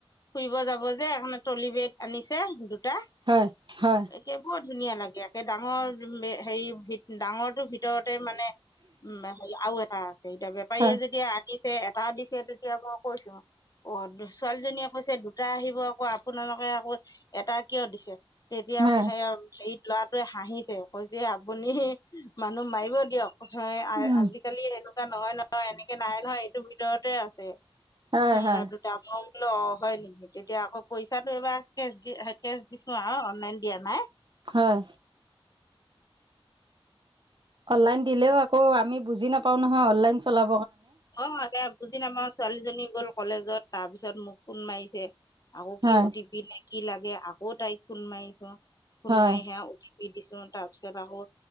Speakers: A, on the left; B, on the right.
A: ফুৰিব যাব যে <unintelligible> ট্ৰলি বেগ আনিছে দুটা
B: হয় হয়
A: একেব ধুনীয়া লাগে একে ডাঙৰ হেৰি ভিত ডাঙৰটো ভিতৰত তে মানে উম, হেৰি আৰু এটা আছে এতিয়া বেপাৰীয়ে
B: হয়
A: যেতিয়া <unintelligible> এটা দিছে তেতিয়া মই কৈছো অ', ছোৱালীজনীয়ে কৈছে দুটা আহিব আকৌ আপোনালোকে আকৌ এটা কিয় দিছে? তেতিয়াম
B: হয়
A: সেই হেৰিত ল'ৰা হাঁহিছে কৈছে আপুনি মানুহ মাৰিব দিয়ক, আ-আজিকালি
B: উম
A: এনে নহয়, নহয়, এনেকে নাহে নহয়, এইটো ভিতৰতে আছে,
B: হয়
A: হম
B: হয়
A: দুটা <unintelligible> অ', হয়, নিকি? তেতিয়া আকৌ পইচাটো এইবাৰ কেচ দি-কেচ দিছোঁ আৰু অনলাইন দিয়া নাই।
B: হয়। অনলাইন দিলেও আকৌ, আমি বুজি নাপাওঁ নহয়, অনলাইন চলা
A: অ', দে বুজি নাপাওঁ, ছোৱালীজনী গ'ল কলেজত, তাৰপিছত মোক ফোন মাৰিছে। আকৌ
B: হয়
A: কি অ', টি পি নেকি লাগে আকৌ তাইক ফোন মাৰিছোঁ, ফোন
B: হয়
A: মাৰি সেয়া অ', টি দিছোঁ তাৰপিছত আকৌ